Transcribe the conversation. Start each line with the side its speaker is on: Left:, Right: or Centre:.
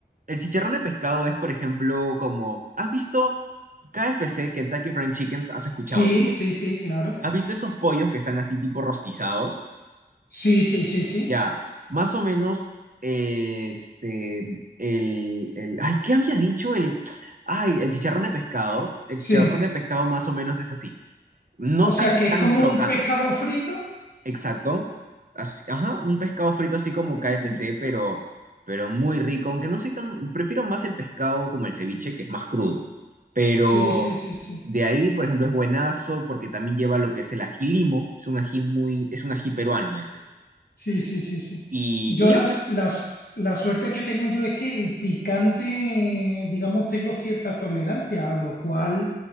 Right: El chicharrón de pescado es, por ejemplo, como, ¿has visto KFC, Kentucky Fried Chickens? Has escuchado,
Left: Sí,
Right: supongo.
Left: sí, sí, claro.
Right: ¿Has visto esos pollos que están así tipo rostizados?
Left: Sí, sí, sí, sí.
Right: Ya, más o menos, eh, este, el, el, ay, ¿qué había dicho? El, ay, el chicharrón de pescado, el
Left: Sí.
Right: chicharrón de pescado más o menos es así, no
Left: O sea
Right: tan,
Left: que
Right: tan
Left: es como
Right: crocante.
Left: un pescado frito.
Right: Exacto. Así- ajá, un pescado frito así como
Left: Mm.
Right: KFC, pero, pero muy rico. Aunque no soy tan. Prefiero más el pescado como el ceviche, que es más crudo. Pero
Left: Sí, sí, sí, sí.
Right: de ahí, por ejemplo, es buenazo porque también lleva lo que es el ají limo. Es un ají muy. Es un ají peruano ese.
Left: Sí, sí, sí, sí.
Right: Y,
Left: Yo
Right: y ya,
Left: las,
Right: pues,
Left: las, la suerte que tengo yo es que el picante, digamos, tengo cierta tolerancia, a lo cual